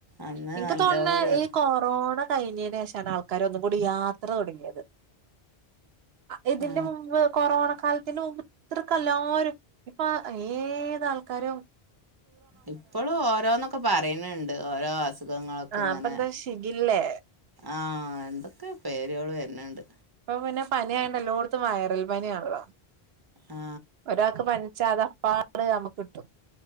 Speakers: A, on the right; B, on the right.
A: അന്ന്
B: എനിക്ക്
A: നല്ല
B: തോന്നേ
A: ഒരു
B: ഈ കൊറോണ കഴിഞ്ഞേന് ശേഷാണ് ആൾക്കാര് ഒന്നും കൂടി യാത്ര തുടങ്ങിയത് ഇതിന്റെ
A: ആ
B: മുമ്പ് കൊറോണ കാലത്ത് ത്തി മുൻപ് ഇത്രക്കല്ലാരും ഇപ്പൊ ഏതാൾക്കാരും
A: ഇപ്പോളും ഓരോന്നൊക്കെ പറയനുണ്ട് ഓരോ അസുഖങ്ങളൊക്കെ
B: ആഹ്
A: ഇങ്ങനെ
B: അപ്പൊ എന്താ ഷിഗില്ലേ
A: ആഹ് എന്തൊക്കെ പേരുകള് വരുന്നുണ്ട്
B: ഇപ്പൊ പിന്നെ പനിയായണ്ട് എല്ലോടുത്തും വയറൽ പനിയാണല്ലോ
A: ആ
B: ഒരാൾക്ക് പനി ചതപ്പാട് നമ്മുക്ക് കിട്ടും